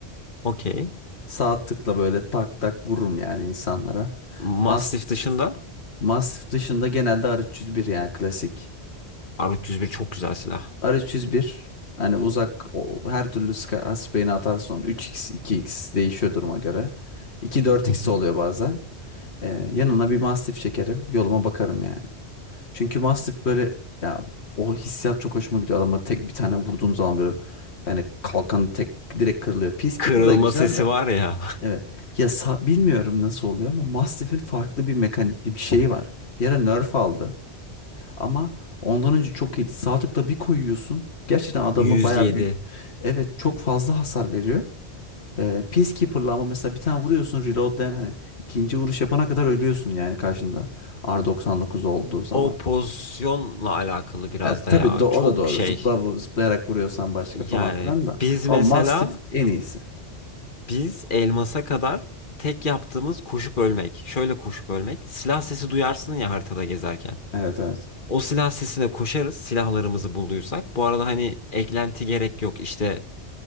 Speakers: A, on the left; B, on the left.
A: Okey.
B: Sağ tıkla böyle tak tak vururum yani insanlara.
A: Mastiff
B: Mastif,
A: dışında
B: mastif dışında genelde R301 yani klasik.
A: R301 çok güzel silah.
B: R301 hani uzak o- her türlü ska- hasbeyini atarsın onu. 3x 2x değişiyor duruma göre. 2-4x
A: Hı hı.
B: de oluyor bazen. Ee, yanına bir mastif çekerim. Yoluma bakarım yani. Çünkü mastif böyle ya o hissiyat çok hoşuma gidiyor. Ama tek bir tane vurduğum zaman böyle yani kalkanı tek direkt kırılıyor. Peacekeeper
A: Kırılma
B: da güzel
A: sesi
B: de.
A: var ya
B: Evet. Ya sa- bilmiyorum nasıl oluyor ama Mastiff'in farklı bir mekanik bir şeyi var. Bir ara nerf aldı ama ondan önce çok iyiydi. Sağ tıkla bir koyuyorsun. Gerçekten adamı
A: <laughs> 107.
B: bayağı büyük. Evet çok fazla hasar veriyor. Ee, Peacekeeper'la ama mesela bir tane vuruyorsun reload'den hani ikinci vuruş yapana kadar ölüyorsun yani karşında R99 olduğu zaman.
A: O pozisyonla alakalı biraz
B: Ya tabii
A: da ya
B: do- o
A: çok
B: da doğru.
A: şey.
B: Zıpla zıplayarak vuruyorsan başka
A: Yani
B: falan filan da.
A: biz
B: Ama
A: mesela
B: Mastiff en iyisi.
A: biz elmasa kadar tek yaptığımız koşup ölmek. Şöyle koşup ölmek. Silah sesi duyarsın ya haritada gezerken.
B: Evet evet.
A: O silah sesine koşarız silahlarımızı bulduysak. Bu arada hani eklenti gerek yok. İşte